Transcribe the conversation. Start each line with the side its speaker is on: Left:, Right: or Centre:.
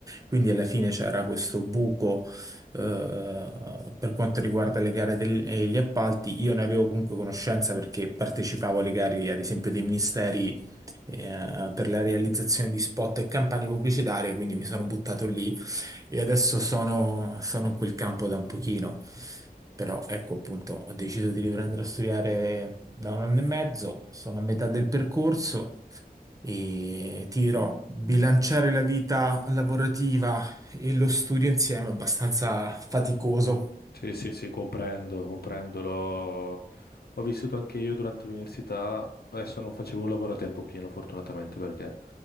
Right: Quindi alla fine c'era questo buco. eh, per quanto riguarda le gare del- e gli appalti, io ne avevo comunque conoscenza perché partecipavo alle gare, ad esempio, dei ministeri eh, per la realizzazione di spot e campagne pubblicitarie, quindi mi sono buttato lì e adesso sono, sono in quel campo da un pochino. Però ecco appunto, ho deciso di riprendere a studiare da un anno e mezzo, sono a metà del percorso e ti dirò, bilanciare la vita lavorativa e lo studio insieme è abbastanza faticoso.
Left: Sì, sì, sì, comprendo, comprendo. L'ho l'ho vissuto anche io durante l'università. Adesso non facevo un lavoro a tempo pieno, fortunatamente, perché